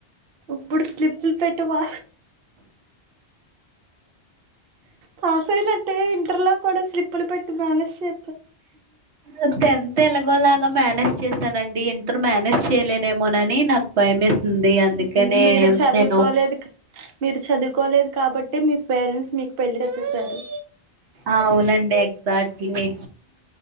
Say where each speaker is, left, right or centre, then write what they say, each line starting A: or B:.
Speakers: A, on the right (about 60°); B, on the right (about 80°).
A: ఇప్పుడు స్లిప్లు పెట్టువా పాసైనన్ టే ఇంటర్లో కూడా స్లిప్పులు పెట్టి మేనేజ్ చె
B: అ టెన్త్ ఎలాగోలాగా మేనేస్ చేస్తానండీ ఇంటర్ మేనేజ్ చేయలేనేమోనని నాకు భయమేసింది అందుకనే
A: మీరు చదువుకోలేదు
B: నేను
A: మీరు చదువుకోలేదు కాబట్టి మీ పేరెంట్స్ మీకు పెళ్లి చేసేసారు
B: అవునండి సాట్ మే